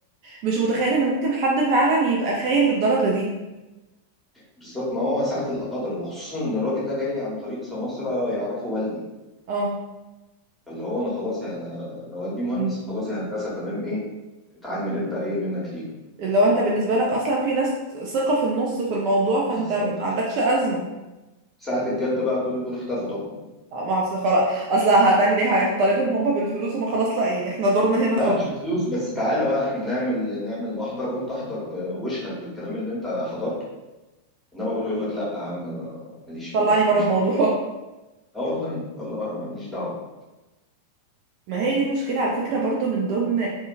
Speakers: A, on the right (about 45°); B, in the centre.
A: مش متخيل ان ممكن حد فعلا يبقى خاين للدرجة دي
B: بالظبط ما هو ساعه القدر وخصوصا ان الراجل ده جاي لي عن طريق سماسره يعرفه والدي
A: اه
B: فاللي هو انا خلاص يعني انا أنا والدي مهندس
A: مم.
B: فخلاص يا هندسه تمام ايه اتعامل انت ايه منك ليهم
A: لو انت بالنسبة لك اصلا في ناس ثقة في النص في الموضوع فانت
B: بالظبط
A: ما عندكش ازمة
B: ساعة الجد بقى كل دول اختفوا طبعا
A: آه، ما اصل خلاص اصل هتعمل ايه هتطالبهم هم بالفلوس هم خلاص لا يعني احنا دورنا هنا خلاص
B: لا مش بفلوس بس تعالى بقى احنا نعمل نعمل محضر وانت احضر ب- واشهد بالكلام اللي انت حضرته انما كله يقول لك لا يا عم ماليش فيه
A: طلعني
B: انا
A: بره
B: ماليش
A: الموضوع
B: دعوه اه والله والله بقى ماليش دعوه
A: <laughs> ما هي دي المشكلة على فكرة برضو من ضمن